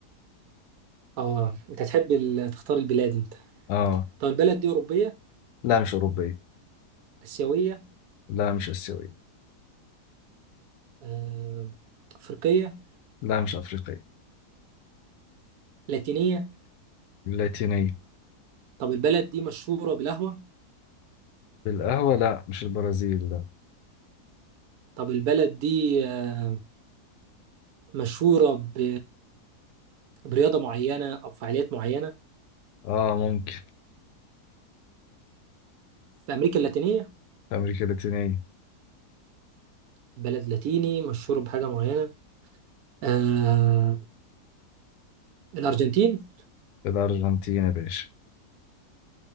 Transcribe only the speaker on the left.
آه
لا مش أوروبية
لا مش آسيوية
لا مش أفريقية
اللاتينية
بالقهوة لا مش البرازيل لا
آه ممكن
في أمريكا اللاتينية
في الأرجنتين يا باشا